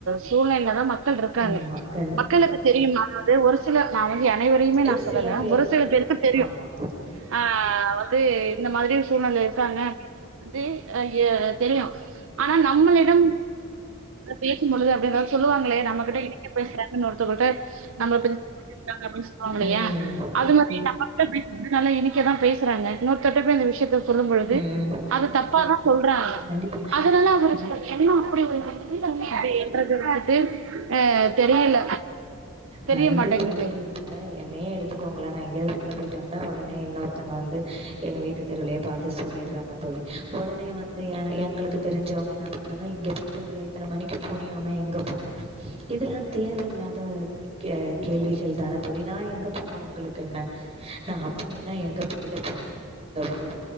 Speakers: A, on the right (about 65°); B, on the right (about 30°).
A: சூழ்நெலேல தா மக்கள் இருக்காங்க
B: ஆமா கண்
A: மக்களுக்கு தெரியுமா ஒரு சில நா வந்து அனைவரையுமே நா
B: இது
A: சொல்லல
B: சில பேர்
A: ஒரு
B: தா
A: சில பேருக்கு தெரியும்
B: ஆமா
A: ஆ வந்து இந்த மாதிரி சூழ்நெல இருக்காங்க வந்து ஆ ஏ தெரியும் ஆனா நம்மளிடம் பேசும்பொழுது அப்டி எதாது சொல்லுவாங்களே நம்மகிட்ட இனிக்க பேசுறாங்கன்னு ஒருத்தகங்கள்ட்ட நம்ம ட்டாங்க அப்படின் சொல்வாங்க இல்லயா
B: ம்
A: அது மாதிரி <unintelligible> நல்லா இனிக்கதா பேசறாங்க இன்னொருத்தர்ட்ட போய் அந்த விஷயத்த சொல்லும் பொழுது
B: ம்
A: அது தப்பாதா சொல்றாங்க
B: கண்டிப்பா
A: அதனால அவரு என்ன அப்படி ஒரு அப்டின்றத விட்டுட்டு அ தெரியல
B: கண்டிப்பா
A: தெரிய மாட்டேங்குது
B: தோழி இப்ப என்னையே எடுத்துக்கோங்களே நா எங்கயாவது வெளில போயிட்டு வந்தா ஒட னே இன்னொருத்தங்க வந்து எங்க வீட்டு தெருலயே பாத்து சொல்லிடுறாங்க தோழி உடனே வந்து எ எங்களுக்கு தெரிஞ்சவங்க என்ன பண்றாங்க இங்க போயிட்டு வந்தயா இத்தனை மணிக்கு போனியாமே எங்க போனே இதெல்லா தேவையில்லாத கே கேள்விகள் தான தோழி நா எங்க போனா உங்களுக்கென்ன நா அப்படி என்ன எங்க போயிட போறே இந்த ஊரவி